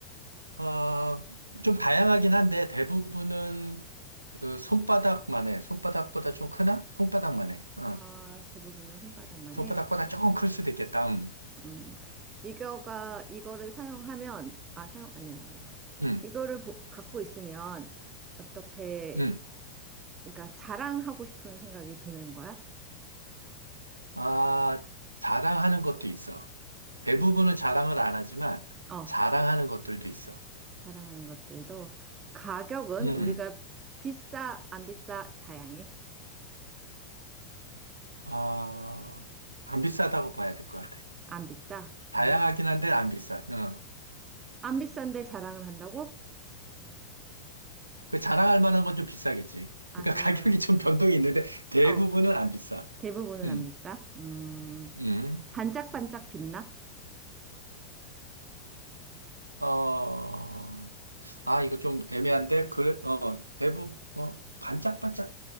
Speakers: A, on the right; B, on the right.
A: 아, 좀 다양하긴 한데 대부분은 그 손바닥만 해. 손바닥보다 좀 크나? 손바닥만 해. 어.
B: 아, 대부분은 손바닥만
A: 손바닥보다
B: 해.
A: 조금 클 수도 있겠다. 음.
B: 음, 이거가, 이거를 사용하면, 아, 사용, 아니야, 아니야.
A: 음.
B: 이거를 보- 갖고 있으면, 어떻게,
A: 음.
B: 그러니까 자랑하고 싶은 생각이 드는 거야?
A: 아, 자랑하는 것도 있어. 대부분은
B: 음,
A: 자랑을 안 하지만
B: 어,
A: 자랑하는 것들도 있어.
B: 자랑하는 것들도 가격은
A: 음.
B: 우리가 비싸, 안 비싸, 다양해.
A: 아, 안 비싸다고 봐야 될 것 같아.
B: 안 비싸.
A: 다양하긴
B: 음,
A: 한데 안 비싸. 어.
B: 안 비싼데 자랑을 한다고?
A: 그 자랑할 만한 건 좀 비싸겠지.
B: 아,
A: 그러니까
B: 자랑을,
A: <laughs> 가격이
B: 말-
A: 좀 변동이 있는데 대부분은
B: 어,
A: 안 비싸.
B: 대부분은
A: 음.
B: 안 비싸. 음,
A: 음.
B: 반짝반짝 빛나?
A: 어, 아, 이거 좀 애매한데, 그, 어, 대부분, 어, 반짝반짝,